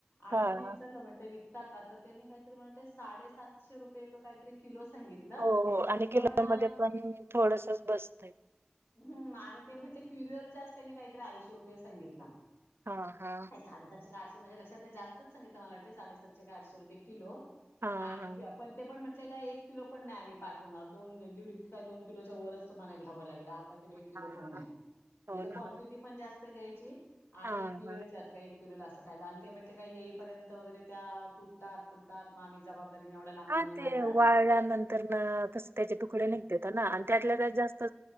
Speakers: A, on the left; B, on the right.
A: आणि
B: हां
A: मग मी विचारलं
B: हां.
A: म्हटल का त्यांनी काहीतरी म्हण ते साडेसातशे रुपये काहीतरी किलो सांगितलं.
B: हो हो आणि किलो
A: पण अ,
B: ममध्ये पण थोडसच बसतय
A: हं आणि ते म्हटले क्युरिअरच्या अस त्यांनी काहीतरी ऐंशी रुपये सांगितला
B: हां हां
A: साडे सातशे काय आठशे माझ्या लक्षात नाही जास्तच सांगितला मला वाटतय साडे सातशे काय आठशे रुपये किलो
B: हां
A: आणि
B: हां.
A: पण ते पण ते काय एक किलो पण नाही, आम्ही पाठवणार दोन दीड काय दोन किलोच्या वरच तुम्हाला घ्यावं लागेल, अर्धा किलो एक किलो
B: हां,
A: पण नाय
B: हां. हो
A: म्हणजे क्वांटिटी
B: ना हो ना
A: पण जास्त तर घ्यायची. आणि
B: हां
A: <inaudible> किलो
B: हां.
A: ला असं काय आणि ते येऊपर्यंत काही येईपर्यंत वगैरे, त्या तुटतात, फुटतात मग आम्ही जबाबदार तर मी एवढ्या लांबून
B: हां,
A: येणार.
B: ते वाळल्यानंतर ना कस त्याचे तुकडे
A: हां
B: निघते ना आणि त्यातल्या त्या जास्त